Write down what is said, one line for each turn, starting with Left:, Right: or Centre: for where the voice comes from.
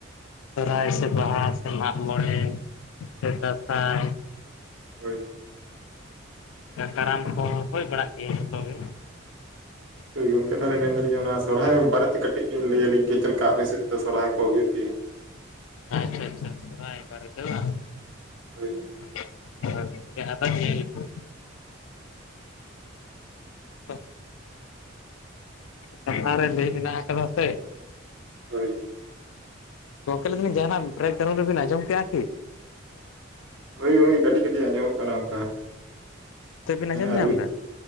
Left: ᱥᱚᱨᱦᱟᱭ ᱥᱮ ᱵᱟᱦᱟ ᱥᱮ ᱢᱟᱜ ᱢᱚᱬᱮ ᱥᱮ ᱫᱟᱸᱥᱟᱭ
Right: ᱦᱳᱭ
Left: ᱥᱮ ᱠᱟᱨᱟᱢ ᱠᱚ ᱦᱩᱭ ᱵᱟᱲᱟᱜ ᱜᱮᱭᱟ ᱡᱷᱚᱛᱚ ᱜᱮ ᱾
Right: ᱜᱚᱢᱠᱮ ᱛᱟᱦᱚᱞᱮ ᱢᱮᱱ ᱫᱟᱞᱤᱧ ᱚᱱᱟ ᱥᱚᱨᱦᱟᱭ ᱵᱟᱨᱮ ᱛᱮ ᱠᱟᱹᱴᱤᱡ ᱵᱤᱱ ᱞᱟᱹᱭᱟᱞᱤᱧ ᱠᱮ ᱪᱮᱫ ᱞᱮᱠᱟ ᱟᱯᱮ ᱥᱮᱫ ᱫᱚ ᱥᱚᱨᱦᱟᱭ ᱠᱚ ᱦᱩᱭᱩᱜ ᱜᱮᱭᱟ?
Left: ᱟᱪᱪᱷᱟ ᱟᱪᱪᱷᱟ ᱥᱚᱨᱦᱟᱭ ᱵᱟᱨᱮ ᱛᱮ ᱵᱟᱝ
Right: ᱦᱳᱭ
Left: <inaudible> <inaudible> <inaudible> ᱠᱟᱛᱷᱟ ᱨᱮ ᱞᱟᱹᱭ ᱢᱮᱱᱟᱜ ᱟᱠᱟᱫᱟ ᱥᱮ᱾
Right: ᱦᱳᱭ
Left: ᱜᱳᱢᱠᱮ ᱞᱟᱹᱭ ᱮᱫᱟᱞᱤᱧ ᱡᱟᱦᱟᱸᱱᱟᱜ ᱵᱨᱮᱠᱜᱨᱟᱣᱩᱱᱰ ᱨᱮᱵᱤᱱ ᱟᱸᱡᱚᱢ ᱠᱮᱜ-ᱟ ᱠᱤ?
Right: ᱦᱳᱭ ᱦᱳᱭ, ᱠᱟᱹᱴᱤᱡ ᱠᱟᱹᱴᱤᱡ ᱟᱸᱡᱚᱢᱚᱜ ᱠᱟᱱᱟ ᱚᱱᱠᱟ
Left: ᱱᱤᱛᱚᱜ ᱵᱤᱱ ᱟᱸᱡᱚᱢ
Right: ᱮᱱᱟ
Left: ᱧᱟᱢ
Right: ᱨᱩᱭ
Left: ᱮᱫᱟ